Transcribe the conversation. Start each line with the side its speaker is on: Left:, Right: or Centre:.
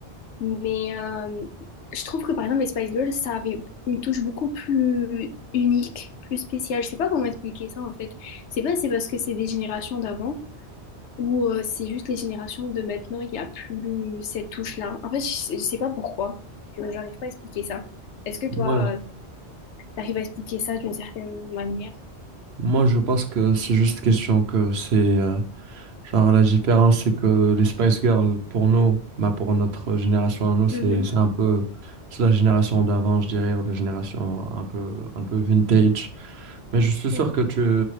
Left: Mais euh, je trouve que par exemple les Spice Girls, ça avait une touche beaucoup plus unique, plus spéciale. Je sais pas comment expliquer ça en fait. C'est pas si c'est parce que c'est des générations d'avant. Ou euh, c'est juste les générations de maintenant, il n'y a plus cette touche-là. En fait, je sais je sais pas pourquoi. Je n'arrive pas à expliquer ça. Est-ce que toi,
Right: Ouais.
Left: tu arrives à expliquer ça d'une certaine manière?
Right: Moi, je pense que c'est juste question que c'est... euh, genre, la différence, c'est que les Spice Girls, pour nous, bah, pour notre génération à nous, c'est,
Left: Mhm.
Right: c'est un peu... C'est la génération d'avant, je dirais, ou la génération un peu, un peu vintage. Mais je suis
Left: Ouais.
Right: sûr que tu,